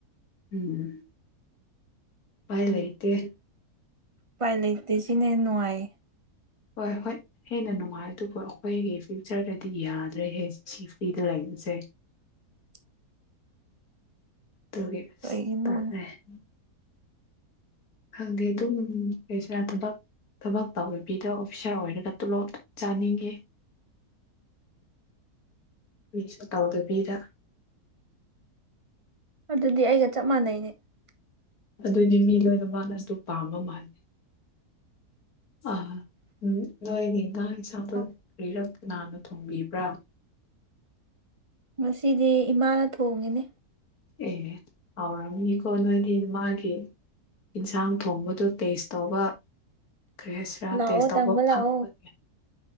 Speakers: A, on the left; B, on the right.
A: ꯎꯝ ꯄꯥꯏ ꯂꯩꯇꯦ
B: ꯄꯥꯏ ꯂꯩꯇꯁꯤꯅꯦꯅꯅꯨꯡꯉꯥꯏ
A: ꯍꯣꯏ ꯍꯣꯏ ꯍꯦꯟꯅ ꯅꯨꯡꯉꯥꯏ ꯑꯗꯨꯕꯨ ꯑꯩꯈꯣꯏꯒꯤ ꯐ꯭ꯌꯨꯆꯔꯗꯗꯤ ꯌꯥꯗ꯭ꯔꯦ ꯍꯦ ꯆꯦꯐꯂꯤꯗꯨ ꯂꯩꯕ ꯎ ꯁꯦ
B: <inaudible>
A: ꯇꯦ
B: ꯀꯩꯒꯤꯅꯣꯅꯦ
A: ꯇꯗꯦ ꯍꯥꯏꯦ ꯑꯗꯨꯝ ꯀꯁꯔꯠꯇꯕ ꯊꯕꯛ ꯇꯧꯕꯗꯕꯤꯗ ꯑꯣꯐꯤꯁꯥꯔ ꯑꯣꯏꯔꯒ ꯇꯣꯂꯣꯞ ꯆꯥꯅꯤꯡꯉꯦ
B: <inaudible>
A: ꯃꯤꯁꯨ ꯇꯥꯎꯗꯕꯤꯔ
B: ꯑꯗꯨꯗꯤ ꯑꯩꯒ ꯆꯞ <inaudible>
A: ꯑꯗꯨꯅꯤ ꯃꯤ ꯂꯣꯏꯅ ꯃꯥꯅ ꯑꯗꯨ ꯄꯥꯝꯕ ꯃꯥꯂꯦ ꯑ ꯎꯝ ꯅꯣꯏ ꯑꯩꯒꯤ ꯏꯟꯒꯥꯡ ꯏꯁꯥꯗꯣ
B: ꯑ
A: ꯀꯔꯤꯔꯛ ꯀꯅꯥꯅ ꯊꯣꯡꯕꯤꯕ꯭ꯔꯥ
B: ꯉꯁꯤꯗꯤ ꯏꯃꯥꯅ ꯊꯣꯡꯉꯤꯅꯦ
A: ꯑꯦ ꯍꯥꯎꯔꯝꯃꯤꯅꯤꯀꯣ ꯅꯣꯏꯗꯤ ꯃꯥꯒꯤ ꯏꯟꯁꯥꯡ ꯊꯣꯡꯕꯗ ꯇꯦꯁ ꯇꯧꯕ ꯈ꯭ꯔꯦꯁꯔ
B: ꯂꯥꯛꯑꯣ
A: ꯇꯦꯁ ꯇꯧꯕ
B: ꯇꯪꯕ ꯂꯥꯛꯑꯣ
A: ꯐꯪꯕꯒꯤ